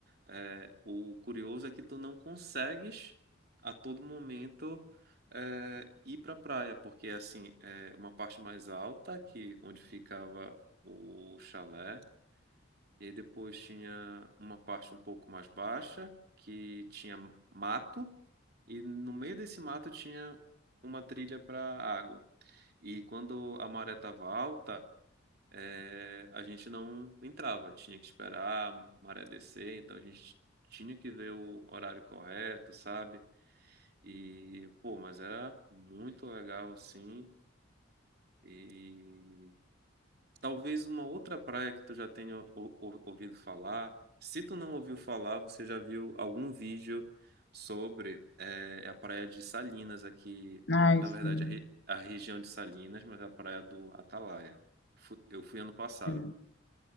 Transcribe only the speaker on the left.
Ai,
sim.
É.